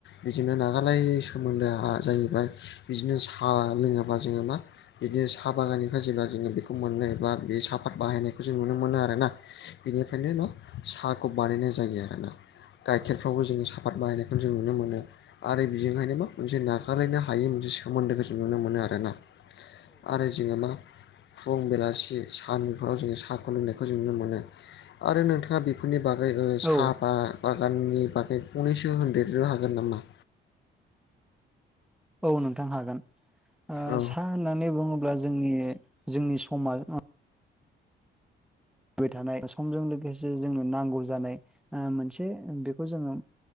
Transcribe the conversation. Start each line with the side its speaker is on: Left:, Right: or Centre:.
Left: बिजोंनो नागारलाय सोमोन्दोआ साहा जाहैबाय बिदिनो साहा लोङोबा जोङो मा बिदिनो साहा बागाननिफ्राय जेब्ला जोङो बेखौ मोननो बा बे साफात बाहायनायखौ जों नुनो मोनो आरोना बेनिफ्रायनो न' साहाखौ बानायनाय जायो आरोना गाइखेरफ्रावबो जोङो साफादत बायनायखौनो जों नुनो मोनो। आरो बेजोंहायनो मा मोनसे नागारलायनो हायै मोनसे सोमोन्दोखौ जों नुनो मोनो आरो आरोना आरो जोङो मा फुं बेलासि साननिफोराव जोङो साहाखौ लोंनायखौ जों नुनो मोनो आरो नोंथाङा बे बेफोरनि बागै साहा
Centre: औ
Left: बा बागाननि बागै गंनैसो होनदेरनो हागोन नामा
Centre: औ नोंथां हागोन
Left: औ
Centre: सा होननानै बुङोब्ला जोंनि जोंनि समाज फैबाय थानाय समजों लोगोसे जोंनो नांगौ जानाय मोनसे बेखौ जोङो